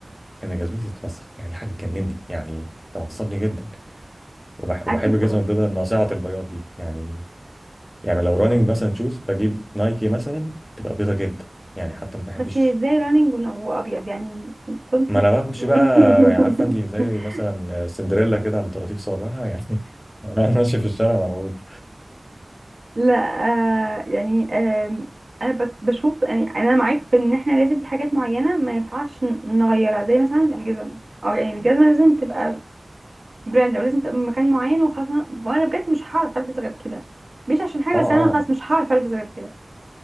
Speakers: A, on the left; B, on the right.
A: إن جزمتي تتوسخ يعني حاجة بتجنني يعني تعصبني جدا وبح
B: اكيد
A: وبحب الجزمة
B: طبعا
A: البيضاء ناصعة البياض دي يعني يعني لو راننج مثلا شوز بجيب نايكي مثلا تبقى بيضاء جدا يعني حتى ما بحبش
B: بس هي ازاي رانينج ون- وابيض يعني
A: ما أنا بمشي
B: <laughs>
A: بقى يعني عارفة أنت زي مثلا سندريلا كده على طراطيف صوابعها يعني <laughs> أنا ماشي في الشارع مرعوب
B: لا آه يعني آم، انا بت- بشوف يعني انا معاك في ان احنا لازم في حاجات معينه ما ينفعش ن- نغيرها زي مثلا الجزم او يعني الجزمه لازم تبقى براند او لازم تبقى من مكان معين وخلاص وانا وأنا بجد مش هعرف البس غير كده مش عشان حاجه
A: أه أه
B: بس انا خلاص مش هعرف البس غير كده